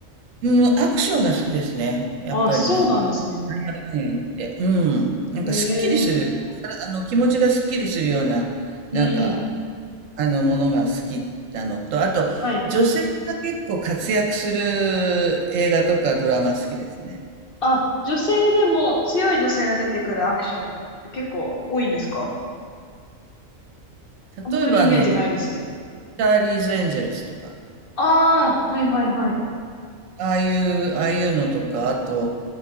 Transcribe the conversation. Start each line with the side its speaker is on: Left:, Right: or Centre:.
Right: う。うん、アクションが好きですね。やっぱりなん
Left: あ、そうなんですね。
Right: ねえって、いやうん。なんかすっきりする。
Left: へえ、
Right: ああの、気持ちがすっきりするような、
Left: うん。
Right: なんか、あの、ものが好きなのと、あと、
Left: はい。
Right: 女性が結構活躍する映画とかドラマ好きですね。
Left: あ、女性でも強い女性が出てくるアクションって結構多いんですかあんまりイメージないですね。
Right: 例えば、あの、チャーリーズ・エンジェルスとか、
Left: ああ、はいはいはい。
Right: ああいう、ああいうのとか、あと、